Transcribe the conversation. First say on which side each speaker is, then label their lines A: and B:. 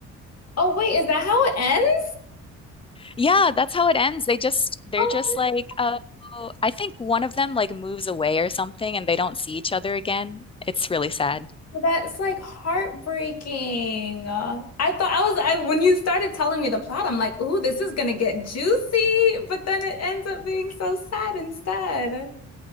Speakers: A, on the left (about 55°); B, on the left (about 20°).
A: Oh wait, is that how it ends?
B: Yeah, that's how it ends. They just they're
A: oh
B: just like uh, I think one of them like moves away or something and they don't see each other again. It's really sad.
A: That's like heartbreaking. Uh, I thought I was I when you started telling me the plot, I'm like, "Ooh, this is gonna get juicy," but then it ends up being so sad instead.